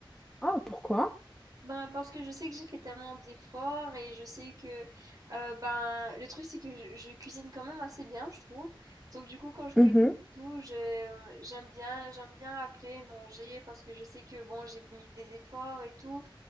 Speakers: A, in the centre; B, on the right.
A: ah, pourquoi?
B: Ben, parce que je sais que j'ai fait tellement d'efforts et je sais que euh, ben le truc c'est que je, je cuisine quand même assez bien, je trouve. Donc du coup quand je cuisine
A: Mhm.
B: et tout, je- j'aime bien j'aime bien après manger parce que je sais que bon, j'ai mis des efforts et tout